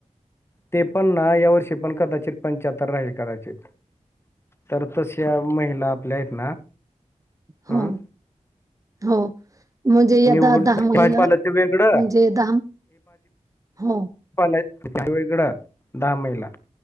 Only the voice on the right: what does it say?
हो, हो म्हणजे यदा
दहा
महिला
म्हणजे दहा हो